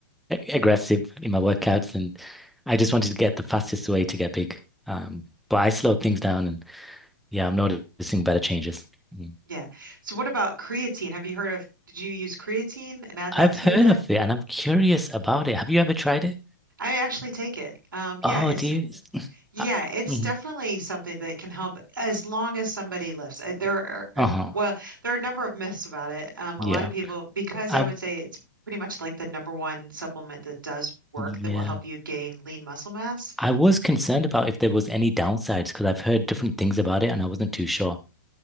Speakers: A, in the centre; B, on the right (about 85°).
A: a- aggressive in my workouts and I just wanted to get the fastest way to get big. Um, but I slowed things down and yeah, I'm noticing better changes. Mm.
B: yeah. So what about creatine? Have you heard of, did you use creatine and add
A: I've
B: that to
A: heard
B: your diet?
A: of it and I'm curious about it. Have you ever tried it?
B: I actually take it. Um, yeah,
A: Oh,
B: it's
A: do you? <laughs>
B: Yeah,
A: I,
B: it's
A: mhm.
B: definitely something that can help as long as somebody lifts. Uh, There are, an-
A: Uh-huh.
B: well, there are a number of myths about it. Um, a
A: Yeah.
B: lot of people, because
A: I,
B: I would say it's pretty much like the number one supplement that does work
A: yeah.
B: that will help you gain lean muscle mass.
A: I was concerned about if there was any downsides because I've heard different things about it and I wasn't too sure.